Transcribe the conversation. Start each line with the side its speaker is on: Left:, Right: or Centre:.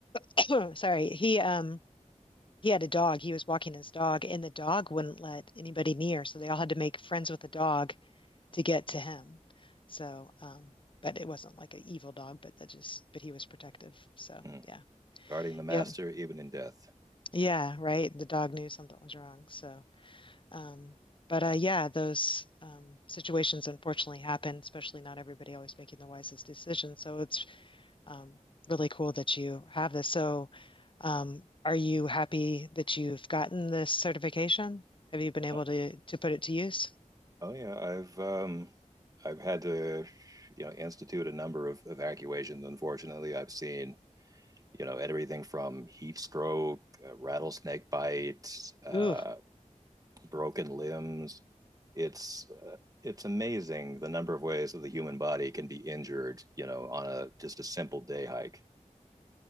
Left: <clears throat> sorry, he um. He had a dog. He was walking his dog, and the dog wouldn't let anybody near. So they all had to make friends with the dog to get to him. So, um, but it wasn't like an evil dog, but that just, but he was protective. So,
Right: Mm.
Left: yeah.
Right: Guarding the master
Left: Yep.
Right: even in death.
Left: Yeah. Right. The dog knew something was wrong. So, um, but uh, yeah, those um, situations unfortunately happen, especially not everybody always making the wisest decisions. So it's um, really cool that you have this. So, um, are you happy that you've gotten this certification? Have you been able
Right: Oh,
Left: to to put it to use?
Right: oh yeah, I've um, I've had to you know institute a number of evacuations. Unfortunately, I've seen you know, everything from heat stroke, uh, rattlesnake bite, uh,
Left: Ooh,
Right: broken limbs. It's uh, it's amazing the number of ways that the human body can be injured, you know, on a just a simple day hike.